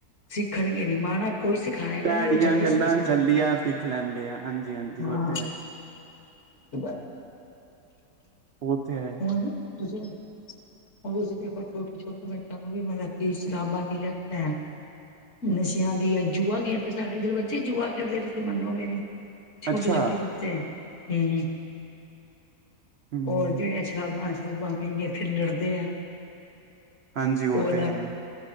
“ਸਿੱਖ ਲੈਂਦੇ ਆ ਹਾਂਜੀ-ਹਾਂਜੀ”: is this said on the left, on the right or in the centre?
Right